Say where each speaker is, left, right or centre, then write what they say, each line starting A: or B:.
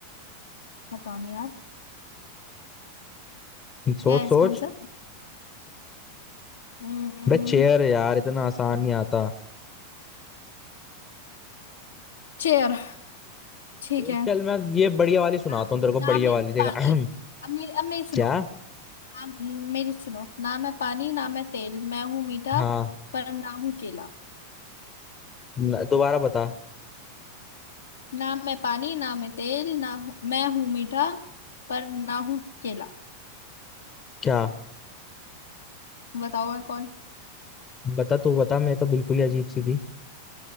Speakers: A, on the left; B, on the left.
A: पता नहीं यार
B: सोच
A: क्या है इसका
B: सोच
A: आंसर हम्म,
B: बे चेयर यार इतना आसान नहीं आता
A: चेयर ठीक
B: एक
A: है
B: चल मैं ये बढ़िया वाली सुनाता
A: ना
B: हूँ तेरे को बढ़िया
A: ना मैं
B: वाली देखा
A: पानी
B: <clears throat>
A: अब मेरे अब मेरी सुनो
B: क्या
A: ना हम्म, मेरी सुनो ना मैं पानी ना मैं तेल मैं हूँ मीठा
B: हाँ
A: पर ना हूँ केला
B: न- दोबारा बता
A: ना मैं पानी ना मैं तेल ना हूँ- मैं हूँ मीठा पर ना हूँ केला
B: क्या
A: बताओ मैं कौन
B: बता तू बता मैं तो बिल्कुल ही अजीब सी थी